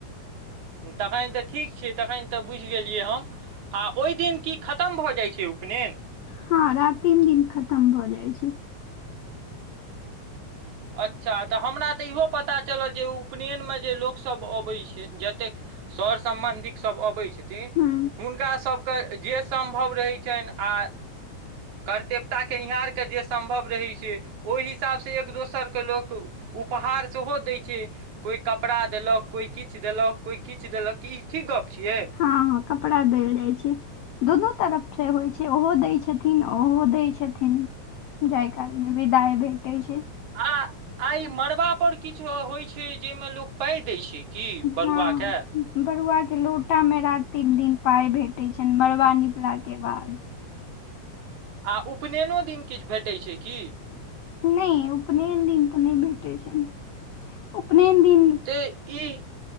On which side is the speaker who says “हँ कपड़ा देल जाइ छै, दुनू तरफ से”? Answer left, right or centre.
Left